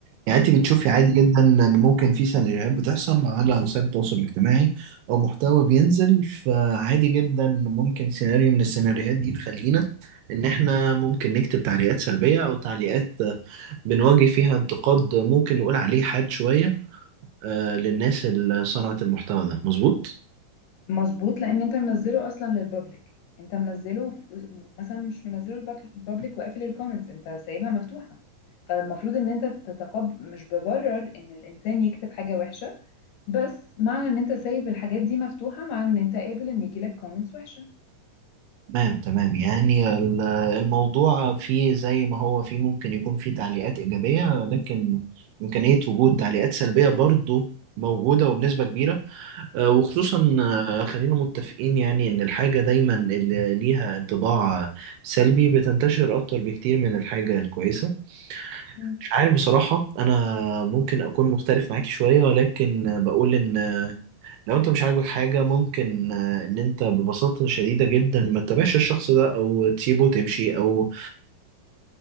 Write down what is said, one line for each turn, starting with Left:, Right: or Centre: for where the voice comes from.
Right: يعني انت بتشوفي عادي جدا ان ممكن في سيناريوهات بتحصل على وسائل التواصل الاجتماعي او محتوى بينزل فعادي جدا ممكن سيناريو من السيناريوهات دي تخلينا ان احنا ممكن نكتب تعليقات سلبية او تعليقات بنواجه فيها انتقاد ممكن نقول عليه حاد شوية آه، للناس اللي صنعت المحتوى ده مظبوط؟
Left: مظبوط لان انت منزله اصلا للبابليك انت منزله في- مثلا مش منزله للبابليك وقافل الكومنتس انت سايبها مفتوحه فالمفروض ان انت تتقبل مش ببرر ان الانسان يكتب حاجه وحشه بس معنى ان انت سايب الحاجات دي مفتوحة معنى ان انت قابل ان يجيلك كومنتس وحشة
Right: تمام تمام يعني ال- الموضوع فيه زي ما هو فيه ممكن يكون فيه تعليقات إيجابية لكن إمكانية وجود تعليقات سلبية برضه موجودة وبنسبة كبيرة آه، وخصوصا آه، خلينا متفقين يعني ان الحاجة دايما اللي ليها انطباع آه، سلبي بتنتشر اكتر بكتير من الحاجة الكويسة
Left: مم.
Right: مش عارف بصراحة انا ممكن اكون مختلف معاك شوية ولكن آه، بقول ان آه، لو انت مش عاجبك حاجة ممكن آه، ان انت ببساطة شديدة جدا ما تتابعش الشخص ده او تسيبه تمشي او